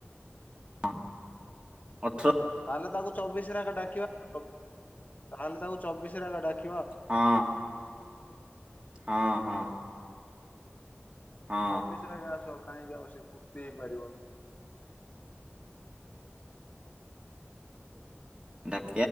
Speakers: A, on the right; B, on the left.
A: ହଁ ଅଠର
B: ତାହେଲେ ତାକୁ ଚବିଶରେ ଆକା ଡାକିବା ଆଉ। ତାହେଲେ ତାକୁ ଚବିଶରେ ରା ରା ଡାକି
A: ହଁ। ହଁ ହଁ। ହଁ
B: ଚବିଶ ଏରା ଏକା ଆସ କାହିଁକି ଆଉ ଏତେ ଫୁର୍ତ୍ତି ହେଇପାରିବନି।
A: <unintelligible>